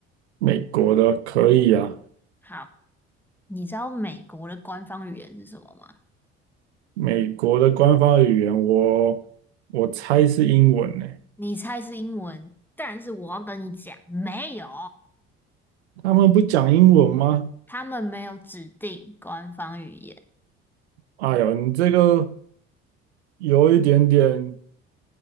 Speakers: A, on the right; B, in the centre.
A: 美国的可以啊，
B: 好，你知道美国的官方语言是什么吗？
A: 美国的官方语言我我猜是英文呢、
B: 你猜是英文，但是我要跟你讲，没有，
A: 他们不讲英文吗？
B: 他们没有指定官方语言。
A: 哎呦，你这个有一点点，